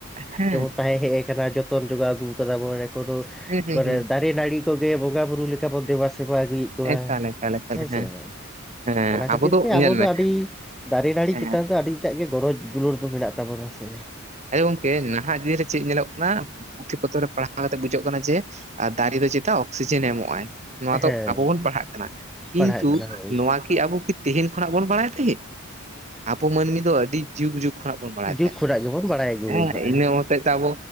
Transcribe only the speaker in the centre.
ᱨᱮᱵᱚᱱ ᱛᱟᱦᱮᱱ ᱦᱮᱡ ᱟᱠᱟᱱᱟ ᱡᱚᱛᱚ ᱡᱚᱛᱚᱱ ᱡᱚᱜᱟᱣ ᱟᱹᱜᱩ ᱟᱠᱟᱫᱟ ᱵᱚᱱ ᱠᱳᱱᱳ
ᱢᱟᱱᱮ
ᱫᱟᱨᱤ ᱱᱟᱹᱲᱤ ᱛᱚᱜᱮ ᱵᱚᱸᱜᱟ ᱵᱩᱨᱩ ᱞᱮᱠᱟᱵᱚᱱ ᱫᱮᱵᱟ ᱥᱮᱵᱟ ᱟᱹᱜᱩᱭᱮᱫ ᱠᱚᱣᱟ
ᱦᱮᱸ ᱥᱮ ᱵᱟᱝ
ᱚᱱᱟ ᱠᱷᱟᱹᱛᱤᱨ ᱛᱮ
ᱟᱵᱚ
ᱫᱚ ᱟᱹᱰᱤ ᱫᱟᱨᱮ ᱱᱟᱹᱲᱤ
ᱪᱮᱛᱟᱱ ᱫᱚ ᱟᱹᱰᱤᱴᱟᱜ ᱜᱮ ᱜᱚᱨᱚᱡᱽ ᱫᱩᱞᱟᱹᱲ ᱫᱚ ᱢᱮᱱᱟᱜ ᱛᱟᱵᱚᱱᱟ ᱥᱮ
ᱦᱮᱸ
ᱯᱟᱲᱦᱟᱜ ᱠᱟᱱᱟ ᱦᱳᱭ
ᱡᱩᱜᱽ
ᱠᱷᱚᱱᱟᱜ ᱜᱮᱵᱩᱱ ᱵᱟᱲᱟᱭ᱾ ᱟᱹᱜᱩ
ᱟᱠᱟᱜᱼᱟ